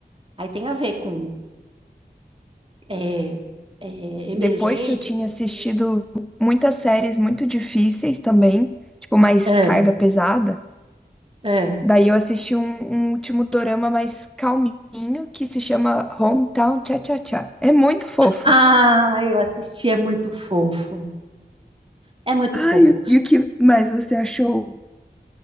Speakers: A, on the right; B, in the centre.
A: Aí tem a ver com é, é, emergências.
B: depois que eu tinha assistido
A: emergências.
B: muitas séries muito difíceis também, tipo, mais
A: É,
B: carga pesada.
A: é.
B: Daí eu assisti um, um último dorama mais calminho que se chama Hometown Cha-Cha-Cha. É muito fofo.
A: Ah, eu assisti, é muito fofo. É muito
B: Ai,
A: fofo.
B: e o que mais você achou?